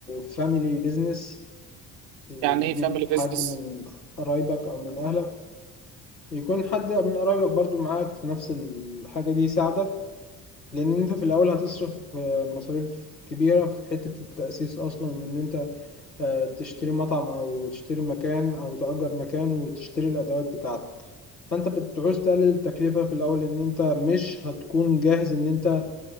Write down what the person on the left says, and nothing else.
فاميلي بيزنس وتجيب
حد من قرايبك او من اهلك يكون حد من قرايبك برضو معاك في نفس الحاجة دي يساعدك لان انت في الاول هتصرف آه، مصاريف كبيرة في حتة التأسيس اصلا وان انت آه، تشتري مطعم او تشتري مكان او تأجر مكان وتشتري الادوات بتاعتك فانت بتعوز تقلل التكلفة في الاول ان انت مش هتكون جاهز ان انت